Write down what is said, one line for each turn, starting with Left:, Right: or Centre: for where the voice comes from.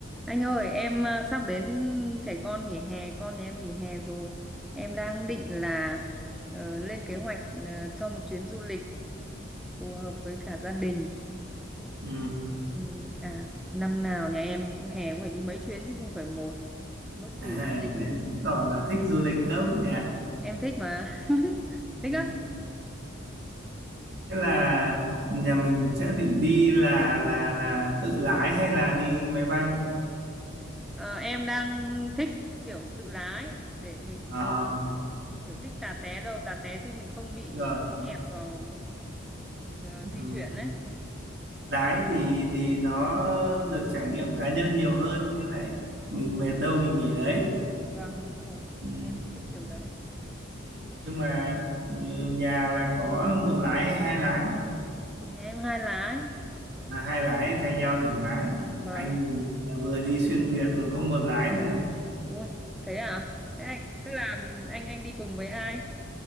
Centre: Anh ơi, em à, sắp đến trẻ con nghỉ hè, con nhà em nghỉ hè rồi. Em đang định là ờ, lên kế hoạch ờ, cho một chuyến du lịch phù hợp với cả gia đình.
Right: Ừ.
Centre: Ừ, à, năm nào nhà em hè cũng phải đi mấy chuyến chứ không phải một. Lúc
Right: À,
Centre: thì gia đình
Right: thế chứng tỏ là thích du lịch lắm nhỉ.
Centre: em thích mà. <laughs> Thích lắm.
Right: Ừ. Thế là nhà mình sẽ định đi là là là tự lái hay là đi máy bay?
Centre: Ờ, em đang thích kiểu tự lái để mình
Right: Ờ,
Centre: ừ, kiểu thích tà té đâu, tà té chứ mình không bị
Right: rồi.
Centre: hẹp vào ừ,
Right: Ừ.
Centre: di chuyển ấy.
Right: Lái thì thì nó được trải nghiệm cá nhân nhiều hơn với lại mình mệt đâu mình nghỉ đấy.
Centre: Vâng, đúng rồi.
Right: Ừ.
Centre: Em lại thích kiểu đấy.
Right: Ừ. Nhưng mà ừ, nhà là có một lái hay hai lái?
Centre: Nhà em hai lá ấy.
Right: Là hai lái thì thay nhau thoải mái.
Centre: Vâng.
Right: Anh là vừa đi xuyên Việt mà có một lái này này.
Centre: Ui, thế à? Thế anh, tức là ừ, anh anh đi cùng với ai?